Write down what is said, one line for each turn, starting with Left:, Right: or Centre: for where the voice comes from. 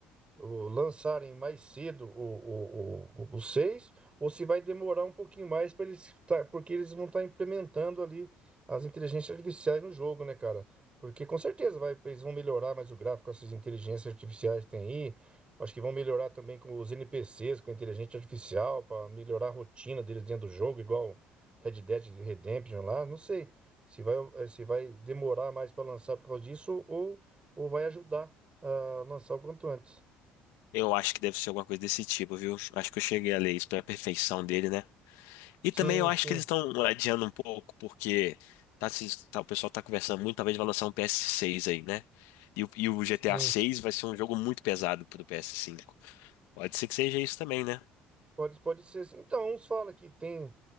Right: o- lançarem mais cedo o, o, o, o 6 ou se vai demorar um pouquinho mais para eles tá, porque eles vão estar implementando ali as inteligências artificiais no jogo, né, cara? Porque com certeza vai, eles vão melhorar mais o gráfico, essas inteligências artificiais que tem aí. Acho que vão melhorar também com os NPCs, com a inteligência artificial, para melhorar a rotina deles dentro do jogo, igual Red Dead Redemption lá. Não sei se vai, eh, se vai demorar mais para lançar por causa disso ou, ou vai ajudar a lançar o quanto antes.
Left: Eu acho que deve ser alguma coisa desse tipo, viu? Acho que eu cheguei a ler isso pra perfeição dele, né? E
Right: Sim,
Left: também eu acho
Right: sim,
Left: que eles estão adiando um pouco, porque tá, se- tá- o pessoal tá conversando muito, talvez vai lançar um PS6 aí, né? E o, e o GTA
Right: sim.
Left: 6 vai ser um jogo muito pesado pro PS5. Pode ser que seja isso também, né?
Right: Pode, pode ser. sim. Então, uns falam que tem